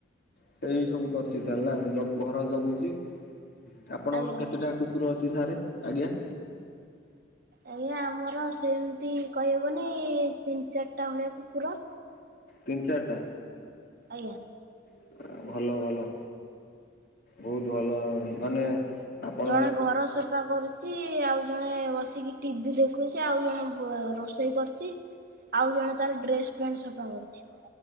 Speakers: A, on the left; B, on the right.
A: ସେଇ ସବୁ କରୁଛି ତାହେଲେ ନା? ଘର ଜଗୁଛି, ଆପଣଙ୍କର
B: ଆଜ୍ଞା
A: କେତେଟା
B: ଆଜ୍ଞା।
A: କୁକୁର ଅଛି ସାର୍? ଆଜ୍ଞା।
B: ଆଜ୍ଞା, ଆମର ସେମତି କହିହବନି ତିନି ଚାରଟା ଭଳିଆ କୁକୁର।
A: ତିନ ଚାରଟା?
B: ଆଜ୍ଞା।
A: ଆ ଭଲ, ଭଲ। ବହୁତ ଭଲ ମାନେ ଆପଣ
B: ଜଣେ ଘର ସଫ୍ ଫା କରୁଚି, ଆଉ ଜଣେ ବସିକି ଟିଭି ଦେଖୁଛି, ଆଉ ଜଣେ ବ ରୋ ରୋଷେଇ କରୁଚି, ଆଉ ଜଣେ ତାର ଡ୍ରେସ୍ ପେଣ୍ଟ ସଫା କରୁଛି।